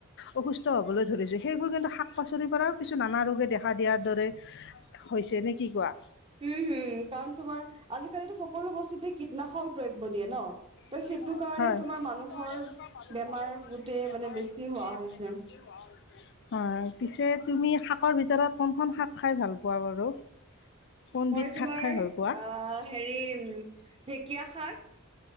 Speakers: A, on the left; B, on the right.
A: অসুস্থ হবলৈ ধৰিছোঁ। সেইবোৰ কিন্তু শাক পাচলিৰ পৰাও কিছু নানা ৰোগে দেখা দিয়াৰ দৰে হৈছে, নে কি কোৱা?
B: উম হম কাৰণ তোমাৰ আজিকালিটো সকলো বস্তুতে কীটনাশক দ্ৰব্য দিয়ে ন
A: ন সেই
B: সেইটো কাৰণে তোমাৰ মানুহৰ
A: টো কাৰণে তোমাৰ মানুহৰ
B: বেমাৰ গোটেই
A: বেমাৰ
B: মানে বেছি
A: গোটেই
B: হোৱা হৈছে
A: বেছি হোৱাৰ হৈছে। হয় পিছে, তুমি শাকৰ ভিতৰত কোনখন শাক খাই ভাল পোৱা বাৰু। কোনবিধ
B: মই তোমাৰ
A: শাক খাই ভাল পোৱা?
B: আহ হেৰি উম। ঢেকীয়া শাক